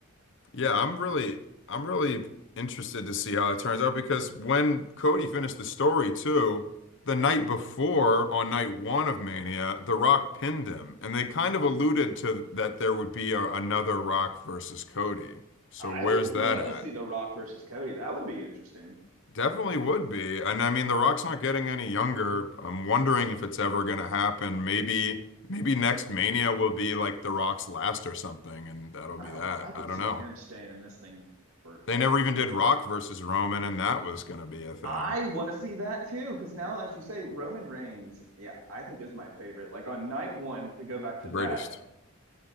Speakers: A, on the left; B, on the right.
A: Yeah, I'm really I'm really interested to see how it turns out because when Cody finished the story too, the night before on night one of Mania, The Rock pinned him, and they kind of alluded to that there would be a, another Rock versus Cody. So
B: I
A: where's
B: would love
A: that at?
B: to see The Rock versus Cody. That would be interesting.
A: Definitely would be. And I mean, The Rock's not getting any younger. I'm wondering if it's ever gonna happen. Maybe maybe next Mania will be like The Rock's last or something, and that'll
B: I
A: be
B: don't.
A: that.
B: I could
A: I don't
B: see
A: know.
B: him staying in this thing forever
A: They never even
B: in
A: did
B: some
A: Rock
B: ways.
A: versus Roman, and that was going to be a thing.
B: I want to see that too because now, as you say, Roman Reigns. Yeah, I think is my favorite. Like on night one, to go back to
A: The greatest.
B: that,